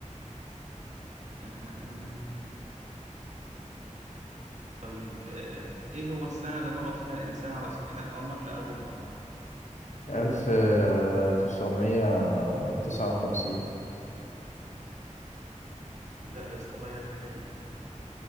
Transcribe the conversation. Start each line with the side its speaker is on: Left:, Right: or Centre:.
Right: آه، آه. آه. طيب آه، إيه هو السنة اللي هبط فيها الإنسان على سطح القمر لأول مرة؟
Left: ألف آه، تسعمية تسعة وخمسين
Right: لا يا اسطى غير حاجة فيها